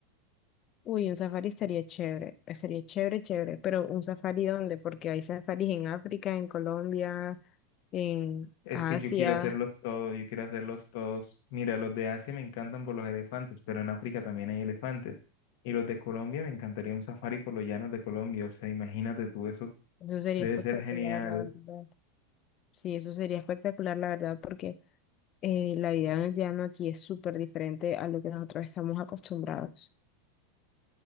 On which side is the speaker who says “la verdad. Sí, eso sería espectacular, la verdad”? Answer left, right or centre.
Left